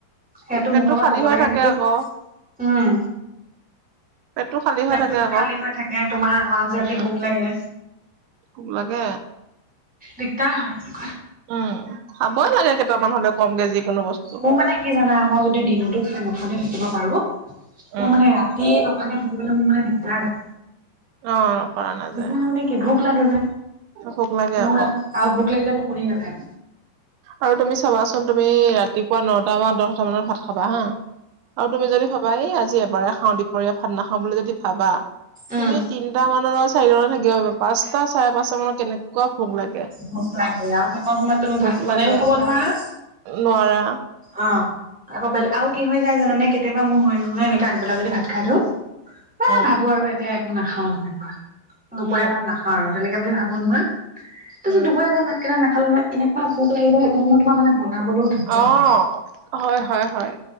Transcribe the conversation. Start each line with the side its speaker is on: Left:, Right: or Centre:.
Centre: সেইটো
Right: পেটটো
Centre: মুখৰ পৰা
Right: খালী
Centre: ক'ব
Right: হৈ
Centre: লাগে
Right: থাকে
Centre: সেইটো
Right: আকৌ।
Centre: উম
Right: পেটটো খালী
Centre: পেটটো
Right: হৈ থাকে আকৌ,
Centre: খালী হৈ থাকে তোমাৰ মাজ ৰাতি
Right: উম।
Centre: ভোক লাগে
Right: ভোক লাগে।
Centre: দিকদাৰ হয়।
Right: উম, খাবই লাগে কেইটামান হ'লেও কমকে যিকোনো বস্তু
Centre: মোৰ মানে কি জানা, মই যদি দিনতো খাই নখাকে থাকিব পাৰোঁ, তো
Right: উম।
Centre: মানে ৰা তি নোখোৱাকে থাকিবলৈ মোৰ মানে দিগদাৰ লাগে।
Right: অ', কৰা নাযায়
Centre: দিকদাৰ মানে কি, ভোক লাগে যে।
Right: ভোক লাগে
Centre: মোৰ
Right: আকৌ।
Centre: আৰু ভোক লাগিলে টোপনি নাযায়।
Right: আৰু তুমি চাবাচোন, তুমি ৰাতিপুৱা নটা বা দহটা মানত ভাত খাবা হা, আৰু তুমি যদি ভাবা, এই আজি এবাৰে খাওঁ, দপৰীয়া ভাত নাখাওঁ বুলি যদি ভাবা,
Centre: উম,
Right: তুমি তিনিটা মানৰ, চাৰিটালৈ থাকিব পিব। পাঁচটা, চাৰে পাঁচটা মানত কেনেকুৱা ভোক লাগে
Centre: ভোক লাগে অ'। সেইকণ সময়ত তুমি ভাত
Right: ভোক
Centre: বনাইও
Right: লাগে।
Centre: খাব নোৱাৰা
Right: নোৱাৰা।
Centre: অ'। আকৌ বেলেগ- আৰু
Right: এ
Centre: কি হৈ যায় জানানে, কেতিয়াবা মোৰ হয় নহয় এনেকে আগবেলা যদি ভাত খাই দিওঁ এ
Right: উম,
Centre: ভাবো আৰু এতিয়া একো নাখাওঁ তেনেকুৱা, দুপৰীয়া
Right: উম,
Centre: ভাল নাখা ও আৰু, তেনেকে বুলি ভাব নহয়। তাছত
Right: উম।
Centre: দুপৰীয়া <unintelligible> ভাত কেইটা নাখালো নহয়, এনেকুৱা ভোক লাগিব সেইকণ সময়ত তোমাৰ মানে বনাবলৈও ধৈৰ্য
Right: অ',
Centre: নাথাকে
Right: হয় - হয় - হয়।